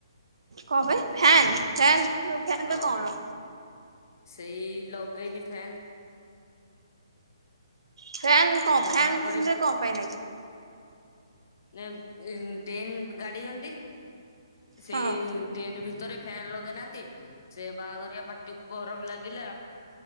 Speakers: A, on the right; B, on the left.
A: କଣ ପାଇଁ ଫ୍ୟାନ ଫାନ ଫ୍ୟାନରେ
B: ହଁ
A: କଣ?
B: ସେଇ ଲଗେଇନି ଫ୍ୟାନ୍
A: ଫ୍ୟାନ୍ କଣ
B: ମାନେ
A: ଫ୍ୟାନ୍
B: ବାହାଘରେ
A: ରେ କଣ ପାଇଁ ନାଗି
B: ନା ଇଁ ଟେନ୍ କାଡିଛନ୍ତି ସେଇ
A: ହଁ
B: ଟେଣ୍ଟ ଭିତରେ ଫ୍ୟାନ ଲଗେଇନାହାନ୍ତି ସେ ବାହାଘରିଆ ପାଟିକୁ ଗରମ ଲାଗିଲା